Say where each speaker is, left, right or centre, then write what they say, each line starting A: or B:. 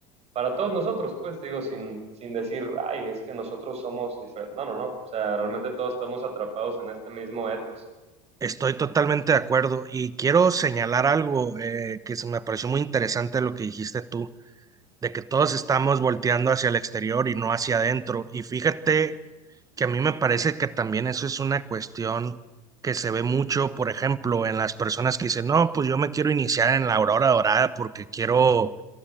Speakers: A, on the right; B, on the right.
A: para todos nosotros, pues digo, sin, sin decir, ay, es que nosotros somos diferentes. No, no, no. O sea, realmente todos estamos atrapados en este mismo etos.
B: Estoy totalmente de acuerdo y quiero señalar algo eh, que se me pareció muy interesante lo que dijiste tú de que todos estamos volteando hacia el exterior y no hacia adentro. Y fíjate que a mí me parece que también eso es una cuestión que se ve mucho, por ejemplo, en las personas que dicen, no, pues yo me quiero iniciar en la aurora dorada porque quiero,